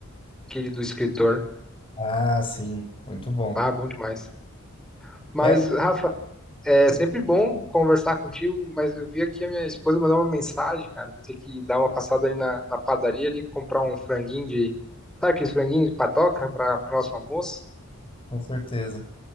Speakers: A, in the centre; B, on the left.
A: aquele do escritor.
B: Ah, sim, muito bom.
A: Ah, bom demais. Mas,
B: É,
A: Rafa, É sempre bom conversar contigo, mas eu vi aqui a minha esposa mandou uma mensagem, cara. Vou ter que dar uma passada ali na, na padaria ali, comprar um franguinho de. Sabe aqueles franguinhos de padoca para o nosso almoço?
B: com certeza.